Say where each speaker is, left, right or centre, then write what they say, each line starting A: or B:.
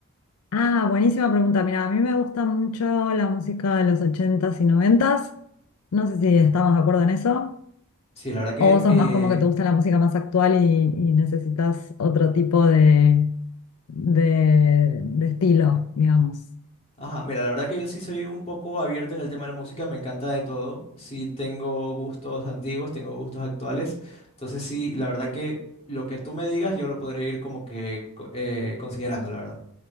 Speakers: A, on the left; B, on the left.
A: Ah, buenísima pregunta. Mira, a mí me gusta mucho la música de los ochentas y noventas. No sé si estamos de acuerdo en eso.
B: Sí, la verdad que
A: ¿O vos sos
B: eh,
A: más como que te gusta la música más actual y, y necesitas otro tipo de, de, de estilo, digamos?
B: Ajá, mira, la verdad que yo sí soy un poco abierto en el tema de la música, me encanta de todo. Sí tengo gustos antiguos, tengo gustos actuales. Entonces sí, la verdad que lo que tú me digas yo lo podré ir como que co- eh, considerando, la verdad.